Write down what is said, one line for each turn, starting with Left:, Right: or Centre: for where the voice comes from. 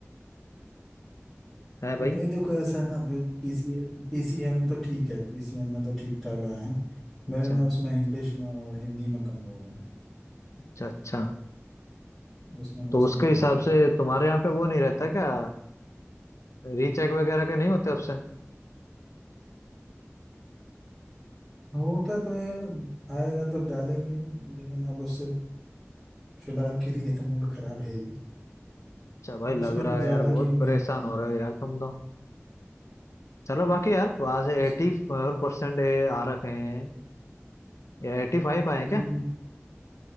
Left: था है भाई
Centre: नहीं देखो ऐसा है ना फिर पीसीएम पीसीएम तो ठीक है पीसीएम में तो ठीक ठाक आए हैं
Left: अच्छा
Centre: मेरे ना उसमें इंग्लिश में और हिंदी में कम हो गए हैं
Left: अच्छा अच्छा
Centre: उसमें नुकसान
Left: तो उसके
Centre: हुआ
Left: हिसाब से तुम्हारे यहाँ पे वो नहीं रहता क्या रीचेक वगैरह के नहीं होते ऑप्शन
Centre: होता तो है आएगा तो डालेंगे ही, लेकिन अब उससे फिलहाल के लिए तो मूड खराब है ही
Left: अच्छा भाई लग
Centre: उसमें कुछ
Left: रहा
Centre: ज्यादा
Left: है यार बहुत
Centre: की उम्मीद
Left: परेशान
Centre: नहीं
Left: हो रहे
Centre: है
Left: हो यार तुम तो चलो बाकी यार आज एटी
Centre: उस,
Left: फोर परसेंट आ रखे हैं या एटी फाइव आए हैं
Centre: हम्म,
Left: क्या